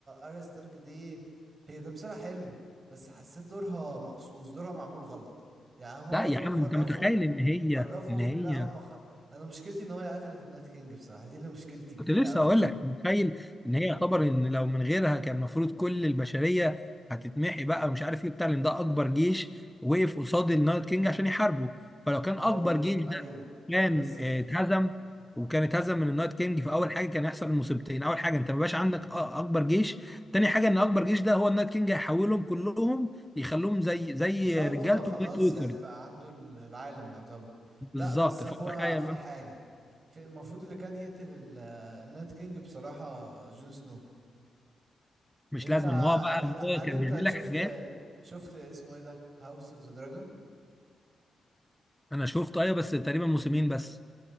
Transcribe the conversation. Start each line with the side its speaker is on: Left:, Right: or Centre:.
Right: اريا ستارك دي هي تمثيلها حلو بس حسيت دورها مقصوص دورها معمول غلط يعني هما
Centre: لا
Right: برضو
Centre: يا عم
Right: خرفوا
Centre: انت متخيل ان هي
Right: خرفوا
Centre: ان
Right: من
Centre: هي
Right: لا هما خ... انا مشكلتي ان هي قتلت النايت كينج بصراحة دي اللي مشكلتي كبيرة
Centre: كنت لسه
Right: قوي
Centre: اقول لك متخيل ان هي يعتبر ان لو من غيرها كان المفروض كل البشريه هتتمحي بقى ومش عارف ايه بتاع لان ده اكبر جيش وقف قصاد النايت كينج عشان يحاربه فلو كان
Right: ما
Centre: اكبر
Right: هو
Centre: جيش ده
Right: ايوه
Centre: كان
Right: خسر
Centre: آه، اتهزم وكان اتهزم من النايت كينج فاول حاجه كان يحصل المصيبتين اول حاجه انت ما بقاش عندك أ- اكبر جيش تاني حاجه ان اكبر جيش ده هو النايت كينج هيحولهم كلهم يخلوهم زي زي
Right: بالظبط
Centre: رجالته
Right: هو خلاص
Centre: بلاك ووكر
Right: يعني بقى عنده ال- العالم يعتبر
Centre: بالظبط
Right: لا بس
Centre: فتخيل
Right: هو في
Centre: بقى
Right: حاجة في المفروض اللي كان يقتل ال- النايت كينج بصراحة جون سنو
Centre: مش
Right: انت
Centre: لازم ان هو بقى
Right: لا لا
Centre: هو
Right: هل
Centre: كان
Right: انت
Centre: بيعمل
Right: شفت
Centre: لك حاجات
Right: شفت اسمه ايه ده هاوس اوف ذا دراجون
Centre: انا شفته ايوه بس تقريبا موسمين بس